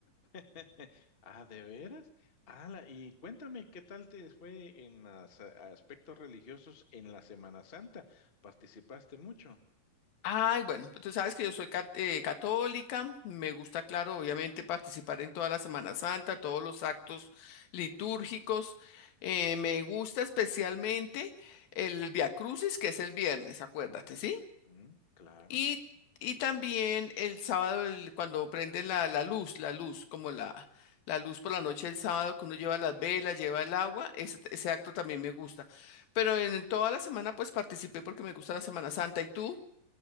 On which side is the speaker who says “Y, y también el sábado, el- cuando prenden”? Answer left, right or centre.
Left